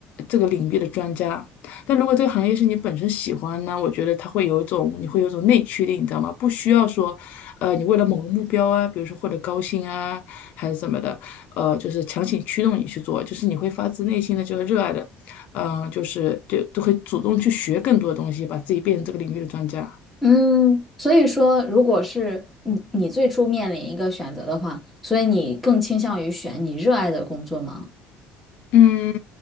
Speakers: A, on the left (about 55°); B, in the centre.
A: 这个领域的专家。但如果这个行业是你本身喜欢呢，我觉得它会有一种，你会有一种内驱力，你知道吗？不需要说，呃，你为了某个目标啊，比如说获得高薪啊，还是怎么的，呃，就是强行驱动你去做，就是你会发自内心的就是热爱的，呃，就是就都会主动去学更多的东西，把自己变成这个领域的专家。
B: 嗯，所以说，如果是你你最初面临一个选择的话，所以你更倾向于选你热爱的工作吗
A: 嗯。